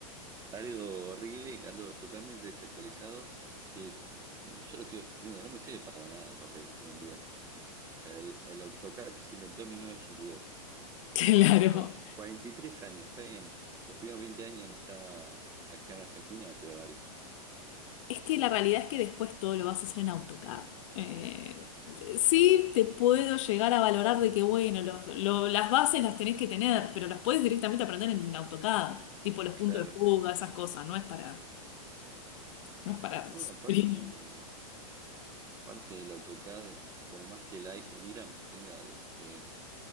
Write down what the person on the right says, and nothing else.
algo horrible y algo totalmente desactualizado que yo lo sigo haciendo, no me sirve para nada papel hoy en día. O sea, el, el AutoCAD se inventó en 1982.
Yo cua- 43 años, está bien. Los primeros 20 años no está acá en Argentina, pero dale.
Claro.
No,
aparte. Parte del AutoCAD, por más que el, I- el IRAM tenga eh,